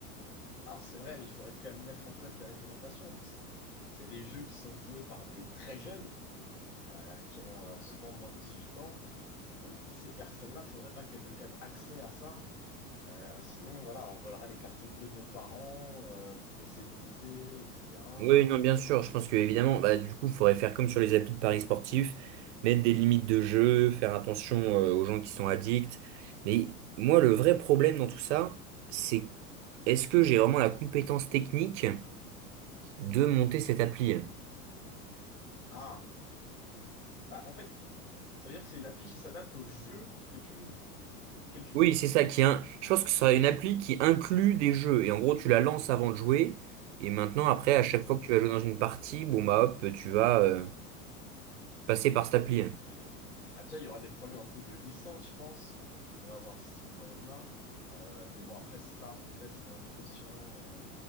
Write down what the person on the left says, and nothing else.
Alors c'est vrai, mais il faudrait quand même mettre en place des réglementations parce que c'est des jeux qui sont joués par des très jeunes, euh, qui ont euh, souvent moins de 18 ans. Donc ces personnes-là, faudrait pas qu'elles aient quand même accès à ça. Euh, sinon, voilà, on volerait les cartes bleues de nos parents euh, pour essayer de miser, etc.
Euh,
Ah, Ah, en fait, ça veut dire que c'est une appli qui s'adapte au jeu que tu joues, auquel tu
joues.
Ah.
Ok. Ah, déjà, il y aura des problèmes un peu de licence, je pense. Tu pourrais avoir aussi ce problème-là. Euh, mais bon, après, ça, peut-être en négociant euh,